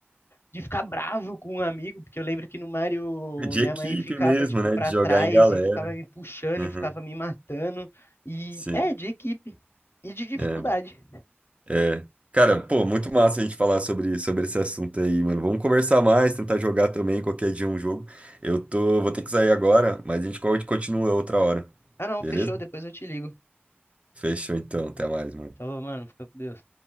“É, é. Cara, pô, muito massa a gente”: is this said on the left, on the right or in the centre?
Right